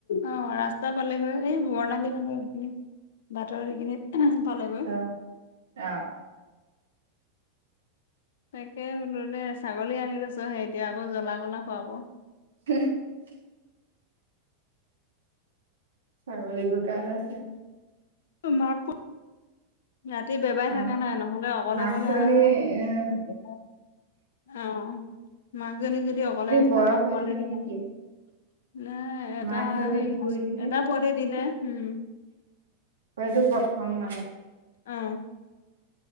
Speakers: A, on the left; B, on the right.
A: অ ৰাস্তা পালেগৈ, এই বৰ্ণালীহঁতৰ সেইখিনিত বাটৰ সেইখিনিত। পালেগৈ।
B: অ অ
A: তাকেই বোলো দেই ছাগলী আনি লৈছোহে এতিয়া আকৌ জ্বলা-গোলা খোৱাব।
B: <unintelligible> ছাগলী গোটেই লৈছে।
A: <unintelligible> ৰাতি বেবাই
B: অ
A: থকা নাই, নহলে অকলে
B: মাকজনী
A: অকলে অনা হ'লে।
B: এ
A: অ মাকজনী যদি অকলে আনিলে
B: বয়স
A: হৈ বা
B: হৈছে
A: পোৱালি দুজনী
B: নেকি
A: ন এটা
B: মাকজনী
A: হেৰি
B: বুঢ়ী
A: আছে,
B: নে
A: এটা পোৱলি দিলে। হম।
B: হয়টো প্ৰথম মানে।
A: অহ।